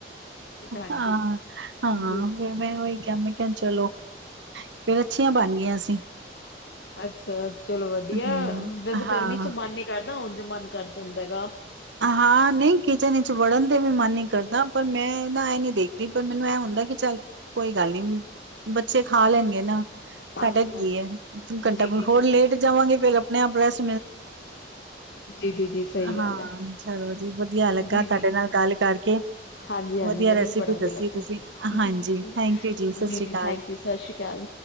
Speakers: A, on the left; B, on the right.
A: ਹਾਂਜੀ
B: ਹਾਂ ਹਾਂ
A: ਜੀ
B: ਫਿਰ ਮੈਂ ਉਹੀ ਕਿਹਾ ਮੈਂ ਕਿਹਾ ਚਲੋ। ਫੇਰ ਅੱਛੀਆਂ ਬਣ ਗਈਆਂ
A: ਠੀਕ
B: ਸੀ।
A: ਅੱਛਾ ਚਲੋ ਵਧੀਆ
B: ਹੂੰ,
A: ਵੈਸੇ
B: ਹਾਂ।
A: ਗਰਮੀ ਚ ਮਨ ਨਹੀਂ ਕਰਦਾ। ਕਰਦਾ ਉਝ ਮਨ ਕਰ ਜਾਂਦਾ ਹੈ ਗਾ।
B: ਹਾਂ ਨਹੀਂ ਕਿਚਨ ਵਿੱਚ ਵੜਨ ਤੇ ਵੀ ਮਨ ਹੀ ਕਰਦਾ ਪਰ ਮੈਂ ਨਾ ਐ ਨੀ ਦੇਖਦੀ। ਪਰ ਮੈਨੂੰ ਇਹ ਹੁੰਦਾ ਕਿ ਚੱਲ ਕੋਈ ਗੱਲ ਨੀ ਬੱਚੇ ਖਾ ਲੈਣਗੇ ਨਾ।
A: ਹਾਂਜੀ
B: ਸਾਡਾ ਕੀ
A: ਹਾਂਜੀ
B: ਹੈ ਘੰਟਾ
A: ਜੀ ਜੀ
B: ਹੋਰ
A: ਜੀ
B: ਲੇਟ ਜਾਵਾਂਗੇ ਫੇਰ। ਨੇਹਾ ਪਲੱਸ।
A: ਜੀ ਜੀ ਜੀ ਸਹੀ
B: ਹਾਂ,
A: ਗੱਲ ਹੈ।
B: ਚਲੋ ਜੀ ਵਧੀਆ ਲੱਗਾ
A: ਜੀ
B: ਤੁਹਾਡੇ
A: ਜੀ
B: ਨਾਲ ਗੱਲ ਕਰਕੇ
A: ਹਾਂਜੀ ਹਾਂਜੀ
B: ਵਧੀਆ
A: ਮੈਨੂੰ
B: ਰੈਸਪੀ
A: ਵੀ ਬੜਾ ਵਧੀਆ
B: ਦੱਸੀ
A: ਲੱਗਿਆ
B: ਤੁਸੀਂ ਹਾਂਜੀ ਥੈਂਕ ਯੂ ਜੀ ਸਤਿ ਸ੍ਰੀ ਅਕਾਲ।
A: ਥੈਂਕ ਯੂ ਸਤਿ ਸ਼੍ਰੀ ਅਕਾਲ